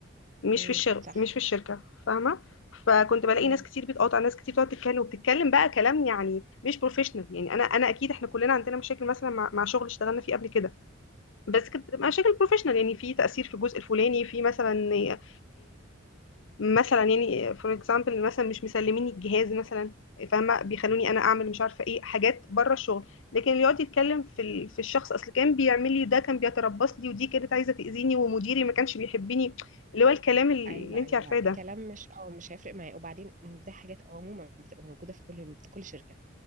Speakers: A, on the left; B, on the right.
A: مش
B: امم
A: في الشغل
B: صح
A: مش في الشركه فاهمه فكنت بلاقي
B: امم
A: ناس كتير بتقاطع ناس كتير بتقعد تتكلم وبتتكلم بقى كلام يعني مش بروفيشنال يعني انا انا اكيد احنا كلنا عندنا مشاكل مثلا مع مع شغل اشتغلنا فيه قبل كده بس كانت بتبقى مشاكل بروفيشنال يعني في تأثير في الجزء الفلاني في مثلا إيه، مثلا يعني فور اكزامبل مثلا مش مسلميني الجهاز مثلا فاهمة بيخلوني انا اعمل مش عارفة ايه حاجات بره الشغل لكن اللي يقعد يتكلم في ال- في الشخص اصل كان بيعمل لي ده كان بيتربص لي ودي كانت عايزة تأذيني ومديري ما كانش بيحبني اللي هو الكلام اللي
B: ايوه
A: انت
B: ايوه
A: عارفاه ده
B: كلام مش اه مش هيفرق معايا وبعدين دي حاجات آه، عموما بتبقى موجودة في كل في كل شركة